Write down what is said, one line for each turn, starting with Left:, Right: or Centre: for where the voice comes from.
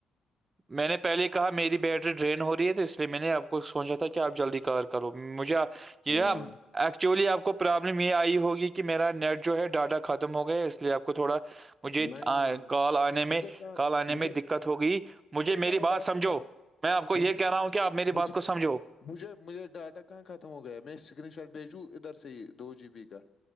Right: میں نے پہلے کہا میری بیٹری ڈرین ہو رہی ہے تو اس لیے میں نے آپ کو سوچا تھا کہ آپ جلدی کال کرو مجھے آ جی
Left: ہاں
Right: آپ ایکچولی آپ کو پرابلم یہ آئی ہوگی کہ میرا نیٹ جو ہے ڈاٹا ختم ہو گیا اس لیے آپ کو تھوڑا مجھے
Left: نہیں
Right: کال آنے میں
Left: مجھے کہاں
Right: کال آنے
Left: مجھے
Right: میں دقت ہوگئی مجھے میری
Left: کہاں
Right: بات
Left: ڈر
Right: سمجھو
Left: رکھا تھا
Right: میں آپ کو یہ
Left: مجھے
Right: کہہ رہا ہوں کہ آپ میری
Left: مجھے
Right: بات کو سمجھو
Left: مجھے مجھے ڈاٹا کہاں ختم ہو گیا میں اسکرین شاٹ بھیجوں ادھر سے ہی دو جی بی کا